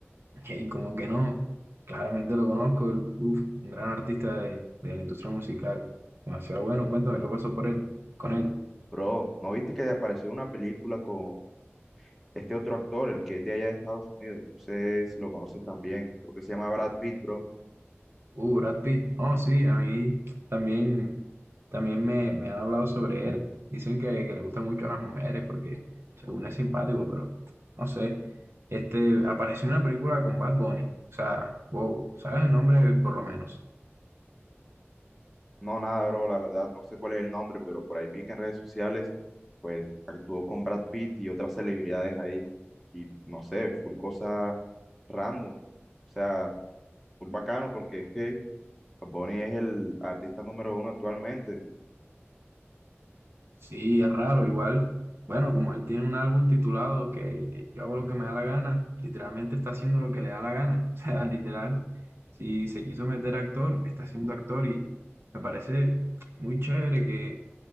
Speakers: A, on the right (about 60°); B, in the centre.
A: Ey, como que no. Claramente lo conozco. el- Uf, un gran artista de, de la industria musical. Demasiado bueno. Cuéntame qué pasó por él, con él.
B: Bro, ¿no viste que apareció una película con este otro actor, el que es de allá de Estados Unidos? No sé si lo conoces también. Creo que se llama Brad Pitt, bro.
A: Uh, Brad Pitt. Oh, sí, a mí también, también me, me han hablado sobre él. Dicen que, que le gusta mucho a las mujeres porque según es simpático, pero no sé. Este, apareció en una película con Bad Bunny. O sea, wow, ¿sabes el nombre por lo menos?
B: No, nada, bro, la verdad no sé cuál es el nombre, pero por ahí vi que en redes sociales, pues actuó con Brad Pitt y otras celebridades ahí. Y no sé, full cosa random. O sea, full bacano porque es que Bad Bunny es el artista número uno actualmente.
A: Sí, es raro, igual. Bueno, como él tiene un álbum titulado que eh, yo hago lo que me da la gana, literalmente está haciendo lo que le da la gana. <laughs> O sea, literal, si se quiso meter actor, está siendo actor y me parece muy chévere que,